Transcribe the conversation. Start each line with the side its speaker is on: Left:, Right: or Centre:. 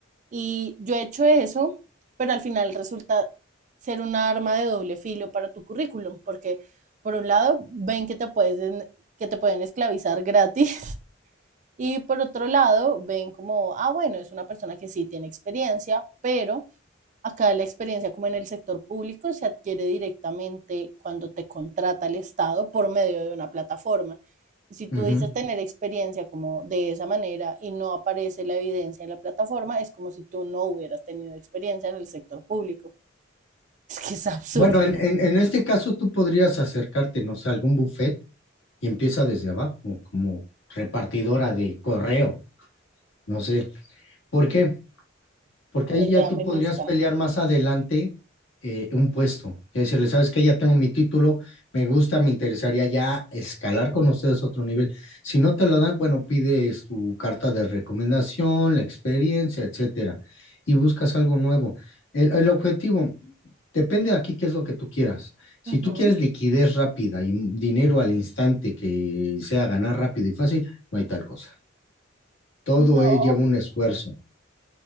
Right: Y yo he hecho eso, pero al final resulta ser una arma de doble filo para tu currículum, porque por un lado ven que te puedes que te pueden esclavizar gratis <laughs> y por otro lado ven como, ah, bueno, es una persona que sí tiene experiencia, pero Acá la experiencia como en el sector público se adquiere directamente cuando te contrata el Estado por medio de una plataforma. Y si tú
Left: ujú.
Right: dices tener experiencia como de esa manera y no aparece la evidencia en la plataforma, es como si tú no hubieras tenido experiencia en el sector público. <laughs> Es que es absurdo.
Left: Bueno, en, en- en este caso tú podrías acercarte, no sé, a algún buffet y empieza desde abajo, como repartidora de correo, no sé. ¿Por qué? Porque ahí
Right: La idea
Left: ya tú
Right: me
Left: podrías
Right: gusta.
Left: pelear más adelante eh, un puesto. Y decirle, sabes que ya tengo mi título, me gusta, me interesaría ya escalar con ustedes a otro nivel. Si no te lo dan, bueno, pides tu carta de recomendación, la experiencia, etcétera, y buscas algo nuevo. El, el objetivo, depende de aquí qué es lo que tú quieras. Si
Right: Ujú.
Left: tú quieres liquidez rápida y dinero al instante que sea ganar rápido y fácil, no hay tal cosa. Todo
Right: No.
Left: eh, lleva un esfuerzo.